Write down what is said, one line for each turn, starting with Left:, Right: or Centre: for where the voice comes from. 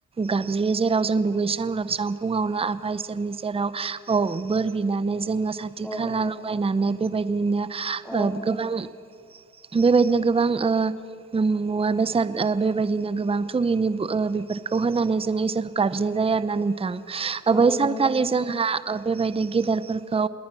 Right: गाबज्रियो जेराव जों दुगैस्रां लोबस्रां फुङावनो आफा इसोरनि सेराव औ बोर बिनानै जोङो साथि
Centre: औ
Right: खाला लगायनानै बेबायदिनो
Centre: औ
Right: गोबां, बेबायदिनो गोबां ओ मुवा बेसाद ओ बेबायदिनो गोबां थुगिनि ओ बेफोरखौ होनानै जों इसोरखौ गाबज्रिनाय जायो आरो ना नोंथां
Centre: औ
Right: बै
Centre: नंगौ
Right: सानखालि
Centre: नोंथां
Right: जोंहा, बेबायदि गेदेफोरखौ